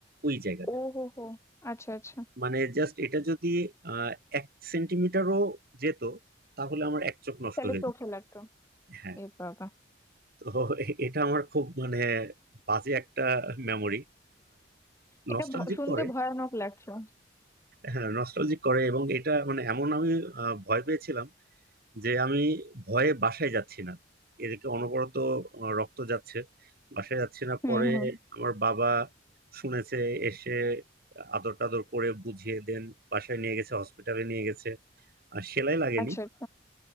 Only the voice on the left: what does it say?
ও হো হো আচ্ছা আচ্ছা
তাহলে
চোখে
লাগতো
এ বাবা
এটা
ভ- শুনতে
ভয়ানক লাগছে
হুম
হুম
আচ্ছা আচ্ছা